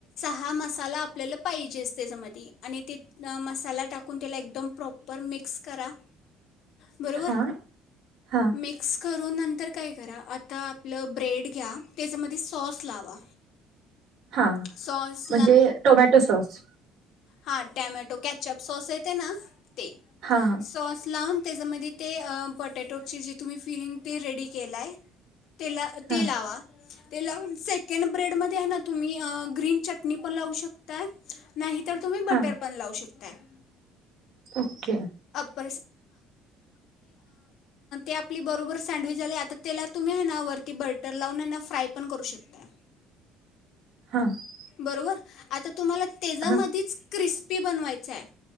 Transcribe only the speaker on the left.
हा मसाला आपल्याला पाहिजेच त्याच्यामध्ये आणि ते मसाला टाकून त्याला एकदम प्रॉपर मिक्स करा बरोबर
म्स करून नंतर काय करा आता आपलं ब्रेड घ्या त्याच्यामध्ये सॉस लावा
सॉस
हा टॅमॅटो कॅचअप सॉस येते ना ते
सोसला त्याच्यामध्ये ते बटॅटोचे जे तुम्ही फिरिंग ी रेडी केलाय तेला
ते लालावा ते लाव सेकंड ब्रेड मध्ये आहे ना तुम्ही ग्रीन चटणी पण लावू शकताय नाही तर तुम्ही बटर
पण लावू शकता कत्ता
सा हग आप बब सडविच झा आ त्याला तुम्ही वरती बटर लावून फ्राय पण करू शकता
बरोबर आता तुम्हाला त्याच्यामध्येधच
क्रिस्पी बनवायच आहे.